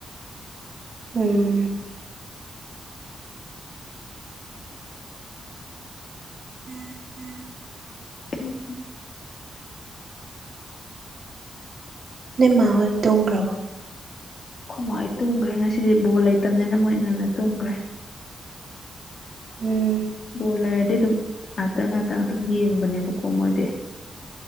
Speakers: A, on the right; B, on the left.
A: ꯎꯝ ꯎꯝ ꯎꯝ
B: ꯎꯝ
A: ꯅ ꯃꯥ ꯍꯜ ꯇꯣꯡ꯭ꯔꯕ
B: ꯈꯨꯃꯥꯏ ꯇꯨꯝꯈ꯭ꯔꯦ ꯉꯁꯤꯗꯤ ꯕꯣꯜ ꯂꯩꯇꯕꯅꯤꯅ ꯃꯣꯏ ꯑꯩ ꯉꯟꯅ ꯇꯨꯝꯈ꯭ꯔꯦ
A: ꯎꯝ
B: ꯕꯣꯂꯔꯗꯤ ꯑꯗꯨꯝ ꯉꯥꯛꯇꯪ ꯉꯥꯛꯇꯪ ꯑꯗꯨꯝ ꯌꯦꯡꯕꯅꯦꯕꯀꯣ ꯃꯣꯏꯗꯤ